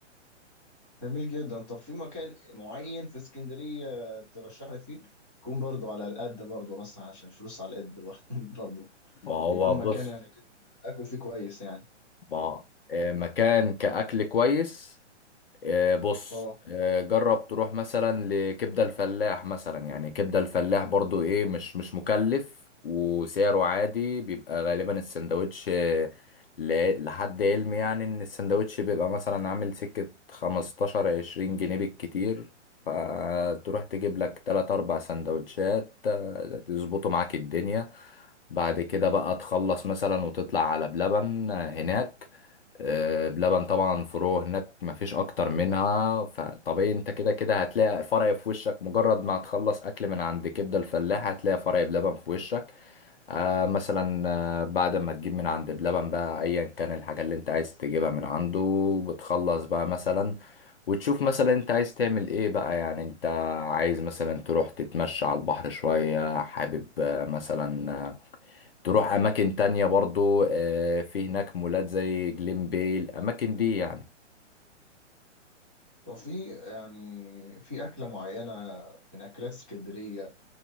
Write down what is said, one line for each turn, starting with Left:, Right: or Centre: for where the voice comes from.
Centre: جميل جدا طب في مكان معين في اسكندرية ترشح لي فيه يكون برضو على القد برضو مثلا عشان الفلوس على القد <laughs> برضو
Left: ما هو
Centre: يكون مكان
Left: بص
Centre: يعني كده اكل فيه كويس يعني
Left: ما آه، مكان كأكل كويس آه، بص
Centre: اه
Left: آه، جرب تروح مثلا لكبدة الفلاح مثلا يعني كبدة الفلاح برضو ايه مش مش مكلف وسعره عادي بيبقى غالبا السندوتش آه، ل- لحد علمي يعني ان السندوتش بيبقى مثلا عامل سكة 15 20 جنيه بالكتير فتروح تجيب لك 3 4 سندوتشات آه، تظبطوا معاك الدنيا بعد كده بقى تخلص مثلا وتطلع على بلبن آه، هناك آه، بلبن طبعا فروع هناك مفيش اكتر منها فطبيعي انت كده كده هتلاقي فرع في وشك مجرد ما هتخلص اكل من عند كبده الفلاح هتلاقي فرع بلبن في وشك آه مثلا آه، بعد ما تجيب من عند بلبن بقى ايا كان الحاجه اللي انت عايز تجيبها من عنده بتخلص بقى مثلا وتشوف مثلا انت عايز تعمل ايه بقى يعني انت عايز مثلا تروح تتمشى على البحر شويه حابب آه، مثلا آه، تروح اماكن تانية برضو آه، في هناك مولات زي جليم باي الاماكن دي يعني
Centre: وفي يعني في اكله معينه من اكلات اسكندريه